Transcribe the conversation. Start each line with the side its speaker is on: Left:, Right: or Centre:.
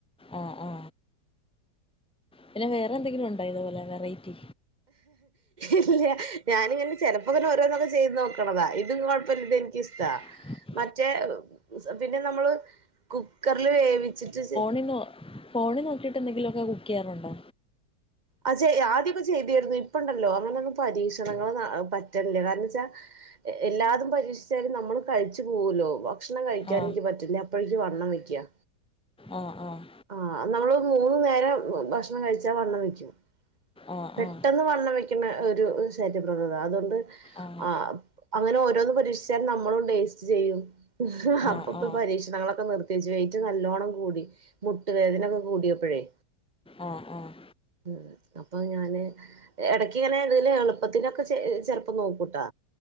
Centre: ആ, ആ. പിന്നെ വേറെ എന്തെങ്കിലും ഉന്ണ്ടായിരുന്നോ ഇതുപോലെ വെറൈറ്റി
Right: ഇല്ല ഞാനിങ്ങനെ ചെലപ്പോങ്ങനെ ഓരോന്നക്ക ചെയ്ത് നോക്കണതാ ഇത് കൊഴപ്പമില്ല എനിക്ക് ഇഷ്ടാ
Centre: <inaudible>
Right: മറ്റേ പിന്നെ നമ്മള് കുക്കറിൽ വേവിച്ചിട്ട്
Centre: നിന്നോ ഫോണ് നോക്കിട്ട് എന്തെങ്കിലൊക്കെ കുക്ക് ചെയ്യാറുണ്ടോ
Right: അചേ ആദ്യക്കെ ചെയ്തിയിരുന്നു ഇപ്പ ഉണ്ടല്ലോ അങ്ങനെയൊന്നും പരീക്ഷണങ്ങൾ പറ്റണില്ല കാരണം ച്ചാ എല്ലാതും പരീക്ഷിച്ചും നമ്മൾ കഴിച്ചു പോകലോ ഭക്ഷണം കഴിക്കാൻ
Centre: ആ.
Right: എനിക്ക് പറ്റില്ല അപ്പോഴേക്ക് വണ്ണം വെക്യാ
Centre: ആഹ് ആഹ്
Right: ആഹ് നമ്മള് മൂന്നു നേരം ഭക്ഷണം കഴിച്ചാ വണ്ണം വെക്കും
Centre: ആ,
Right: പെട്ടെന്ന്
Centre: ആ.
Right: വള്ളം വെക്കുന്ന ഒരു ശര്യപ്രവത അതുകൊണ്ട്
Centre: ആ.
Right: ആഹ് അങ്ങനെ ഓരോന്ന് പരീക്ഷിച്ചാല് നമ്മളും ടേസ്റ്റ് ചെയ്യും
Centre: ആ, ആ. ആ,
Right: അപ്പപ്പ
Centre: ആ.
Right: പരീക്ഷണങ്ങളൊക്കെ നിർത്തി വെച്ചു വെയിറ്റും നല്ലോണം കൂടി മുട്ടുവേദനൊക്കെ കൂടിയപ്പഴേ
Centre: ആഹ് ആഹ്
Right: ഉം അപ്പൊ ഞാന് എടക്ക് ഇങ്ങനെ തില് എളുപ്പത്തിനൊക്കെ ചെ ചെലപ്പോ നോക്കൂട്ടാ